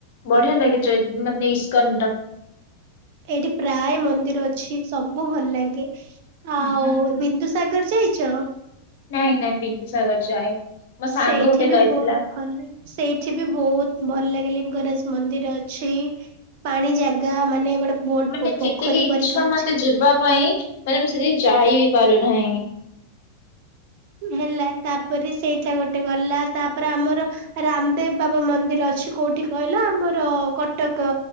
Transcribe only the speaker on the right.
ଏଇଠି ପ୍ରାୟ ମନ୍ଦିର ଅଛି, ସବୁ ଭଲ ଲାଗେ।
ଆଉ ବିନ୍ଦୁ ସାଗର ଯାଇଛ?
ସେଇଠି
ବି
ବୋହୁତ୍ ଭଲ ଲାଗେ। ସେଇଠି ବି ବୋହୁତ୍ ଭଲ ଲାଗେ ଲିଙ୍ଗରାଜ ମନ୍ଦିର ଅଛି। ପାଣି ଜାଗା ମାନେ ଗୋଟେ ବୋଟ
ପୋଖରୀ
ପରିକା ଅଛି।
ହେଲା ତାପରେ ସେଇଟା ଗୋଟେ ଗଲା ତାପରେ ଆମର ରାମଦେବ ବାବା ମନ୍ଦିର ଅଛି କୋଉଠି କଇଲ? ଆମର କଟକ